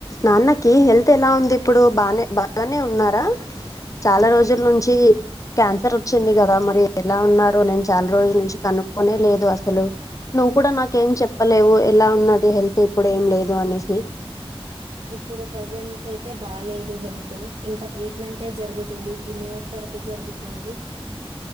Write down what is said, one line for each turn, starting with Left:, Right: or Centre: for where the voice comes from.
Left: నాన్నకి హెల్త్ ఎలా ఉంది ఇప్పుడు బానే బాగానే ఉన్నారా చాలా రోజుల నుంచి క్యాన్సర్ వచ్చింది కదా మరి ఎలా ఉన్నారో నేను చాలా రోజుల నుంచి కనుక్కోనే లేదు అసలు నువ్వు కూడా నాకేం చెప్పలేవు ఎలా ఉన్నది హెల్త్ ఇప్పుడు ఏం లేదు అనేసి
Right: ఇప్పుడు ప్రజెంట్ అయితే బాలేదు హెల్త్ ఇంకా ట్రీట్మెంటే జరుగుతుంది కిమియోథెర పి జరుగుతుంది